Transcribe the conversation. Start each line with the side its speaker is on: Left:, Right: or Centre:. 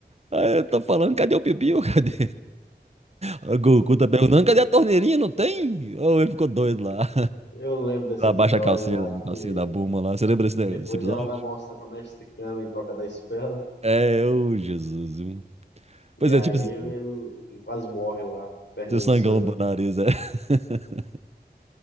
Right: Aí eu tô falando, cadê o pipiu? <laughs> Cadê? O Goku tá perguntando, cadê a torneirinha? Não tem? Ou ele ficou doido lá.
Left: Eu lembro desse
Right: Ela
Left: episódio
Right: baixa a calcinha,
Left: lá
Right: a
Left: que
Right: calcinha da Bulma lá. Você lembra esse, negócio-
Left: depois
Right: desse episódio?
Left: ela vai mostrar pra Mestre Kame em troca da esfera.
Right: É, ô Jesus. viu?
Left: E
Right: Pois
Left: aí
Right: é, tipo, esse-
Left: ele, ele quase morre lá, perdendo
Right: seu sangão
Left: sangue.
Right: no nariz, é. <laughs>